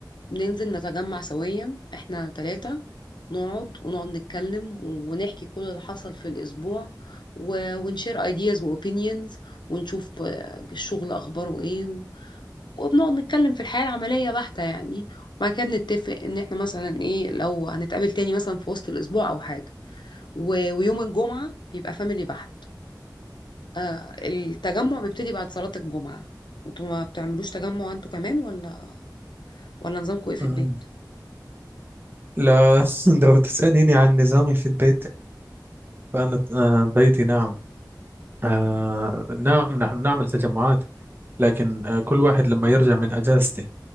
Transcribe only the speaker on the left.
بننزل نتجمع سويا احنا ثلاثة نقعد ونقعد نتكلم ونحكي كل اللي حصل في الاسبوع و... ونشير ايدياز واوبينيونز ونشوف ب- الشغل اخباره ايه و... وبنقعد نتكلم في الحياة العملية بحتة يعني بعد كده بنتفق ان احنا مثلا ايه لو هنتقابل تاني مثلا في وسط الاسبوع او حاجة و... ويوم الجمعة بيبقى فاميلي بحت آه التجمع بيبتدي بعد صلاة الجمعة انتوا ما بتعملوش تجمع انتوا كمان ولا ولا نظامكم ايه في
البيت